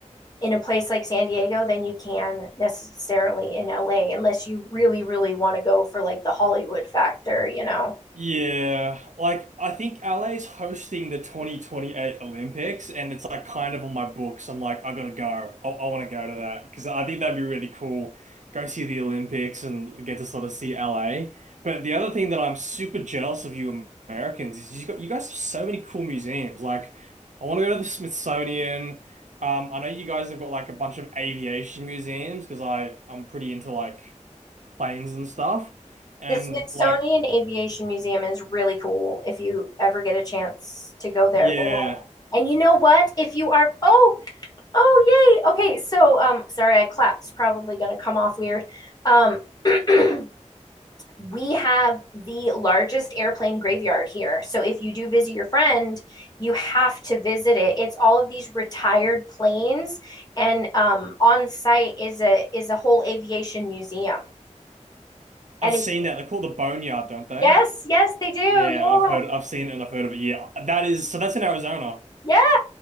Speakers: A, on the left; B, on the right.
A: in a place like San Diego than you can necessarily in LA, unless you really, really want to go for like the Hollywood factor, you know?
B: Yeah, like I think LA's hosting the 2028 Olympics, and it's like kind of on my books. I'm like, I gotta go. I, I want to go to that because I think that'd be really cool. Go see the Olympics and get to sort of see LA. But the other thing that I'm super jealous of you Americans is you got you guys have so many cool museums. Like, I want to go to the Smithsonian. Um, I know you guys have got like a bunch of aviation museums because I I'm pretty into like planes and stuff, and
A: The Smithsonian
B: like.
A: Aviation Museum is really cool if you ever get a chance to go there.
B: Yeah.
A: They have- and you know what? If you are, oh, oh, yay. Okay, so, um, sorry, I clapped. It's probably going to come off weird. Um, <clears throat> we have the largest airplane graveyard here. So if you do visit your friend, you have to visit it. It's all of these retired planes, and um, on site is a is a whole aviation museum. And
B: I've
A: it,
B: seen that. They call it the Boneyard, don't they?
A: yes, yes, they do. Yeah,
B: Yeah, I've heard, I've seen it and I've heard of it. Yeah, that is so. That's in Arizona.
A: yeah.